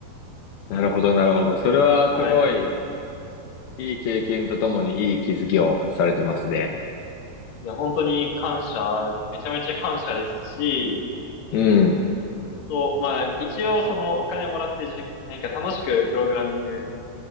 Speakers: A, on the left; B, on the left.
A: なるほど、なるほど。それはすごい、
B: はい。
A: いい経験とともにいい気づきをされてますね。
B: いや、本当に感謝、めちゃめちゃ感謝ですし、
A: うん。
B: 本当、まあなんか一応そのお金もらってじ、なんか楽しくプログラミング